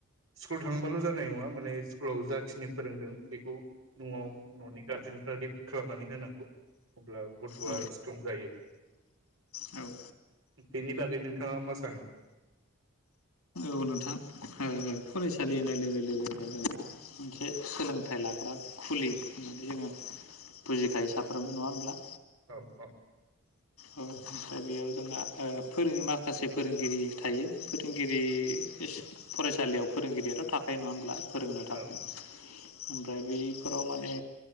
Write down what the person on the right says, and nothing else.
स्कुल थांबाल जानाय नङा माने स्कुलाव जाखिनि फोरोंदों बेखौ नआव ननि गार्जेनफोरादि खालामनानै होनांगौ अब्ला गथआ
स्ट्रं जायो
बेनि बागै नोंथाङा मा सानो
औ औ
औ